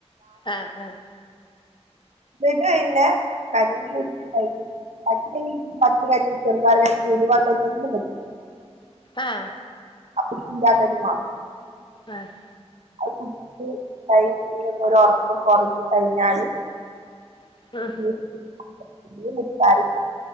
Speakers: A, on the left; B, on the right.
A: ആഹ് ആഹ്
B: ഇന്ന്ട്ടാ പിന്നേ കഞ്ഞി കുടിക്കല് <unintelligible> <unintelligible> ചെറുപയർ കഞ്ഞി ഉലുവ കഞ്ഞി എന്തും പറ്റും
A: ആഹ്
B: അപ്പൊ ചീരാകഞ്ഞി വാണം
A: ആഹ്
B: അത് കുടിച്ച് കഴിഞ്ഞ് ഒരു ഒറക്കൊക്കെ ഒറങ്ങി കഴിഞ്ഞാല്
A: ആഹ്
B: <unintelligible> മുത്താറി